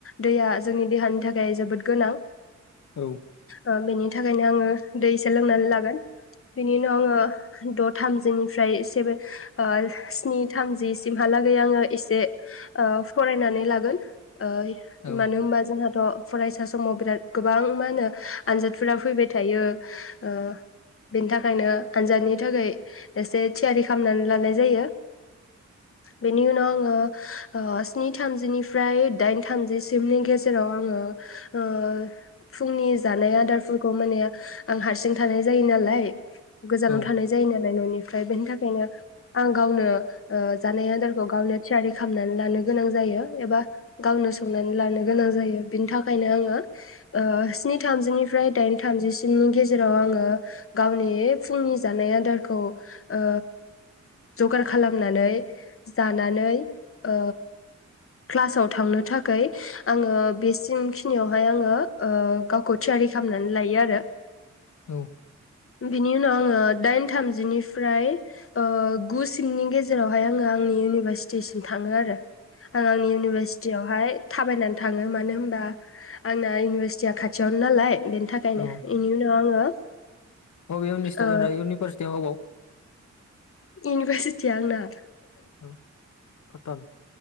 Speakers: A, on the left; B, on the left.
A: दैया जोंनि देहानि थाखाय थाखाय जोबोद गोनां
B: औ
A: ओ बेनि थाखायनो आंङो दैसो लोंनानै लागोन बिनि उनाव आंङो द थामजिनिफ्राय सेभेन स्नि थामजि सिमहालागै आंङो एसे ओ फरायनानै लागोन ओ
B: औ
A: मानो होनबा जोंहाथ फरायसा समाव बिराद गोबां मा होनो आनजादफोरा फैबाय थायो ओ बेनि थाखायनो आनजादनि थाखाय एसे थियारि खालामनानै लानाय जायो बेनि उनाव आं ओ स्नि थामजिनि फ्राय दाइन थामजिसिमनि गेजेराव आंङो ओ फुंनि जानाय आदारफोरखौ माने आं हारसिं थानाय जायो नालाय गोजानाव
B: औ
A: थानाय जायो नालाय न'निफ्राय बेनि थाख खायनो आं गावनो ओ जानाय आदारखौ गावनो रो खालामनानै लानो गोनां जायो। एबा गाव नो संनानै लानो गोनां जायो बिनि थाखायनो आंङो स्नि थामजिनिफ्राय दाइन थामजिसिमनि गेजेराव आंङो गावनि फुंनि जानाय आदारखौ ओ जगार खालामनानै जानानै ओ क्लासाव थांनो थाखाय आंङो बेसिम खिनियावहाय आंङो गावखौ थियारि खालामनानै लायो आरो।
B: औ
A: बिनि उनाव आंङो दाइन थामजिनिफ्राय ओ गु सिमनि गेजेरावहाय आंङो आंनि इउनिभार स्टीसिम थांङो आरो। आं आंनि इउनिभारसिटि यावहाय थाबायनानै थांङो मानो होनबा आंना इउनिभारसिटिया खाथियावनो नालाय बेनि थाखायनो
B: औ
A: बेनि उनाव आङो
B: अबे इउनिसदा-इउनिभारसिटियाव
A: ओ
B: अबाव
A: इउनिभारसिटि आं ना
B: औ कटन